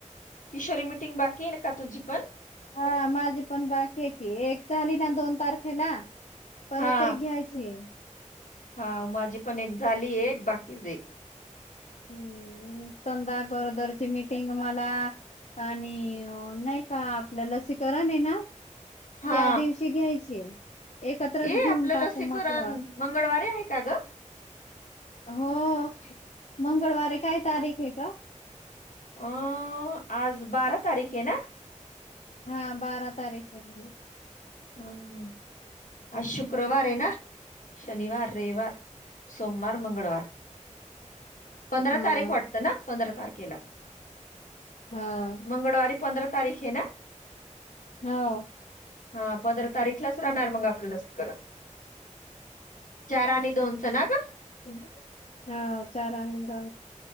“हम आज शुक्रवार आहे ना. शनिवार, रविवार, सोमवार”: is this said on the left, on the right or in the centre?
Left